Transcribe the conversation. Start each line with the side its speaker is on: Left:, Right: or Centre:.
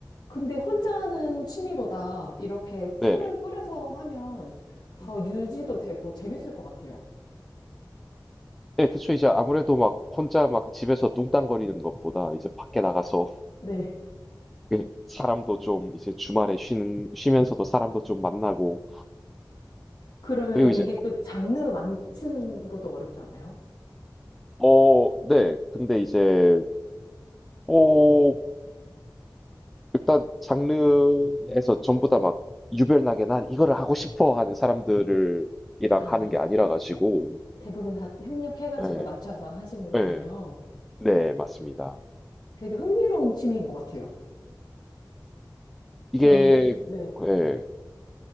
Left: 근데 혼자 하는 취미보다 이렇게 팀을
Centre: 네네
Left: 꾸려서 하면 더
Centre: 음.
Left: 유지도 되고 재밌을 것 같아요.
Centre: 네 그쵸 이제 아무래도 막 혼자 막 집에서 뚱땅거리는 것보다 이제 밖에 나가서
Left: 네.
Centre: <laughs> 사람도 좀 이제 주말에 쉬는 쉬면서도 사람도 좀 만나고
Left: 그러면
Centre: 그리고
Left: 이게
Centre: 이제
Left: 또 장르 맞추는 것도 어렵지 않아요?
Centre: 어 네 근데 이제 뭐 일단 장르에서 전부 다 막 유별나게 난 이거를 하고 싶어 하는 사람들을 이랑
Left: 아,
Centre: 하는 게 아니라 가지고
Left: 대부분 다 협력해가지고
Centre: 예,
Left: 맞춰서 하시는 거군요.
Centre: 예, 네, 맞습니다.
Left: 되게 흥미로운 취미인 것 같아요.
Centre: 이게
Left: 저는, 네,
Centre: 예,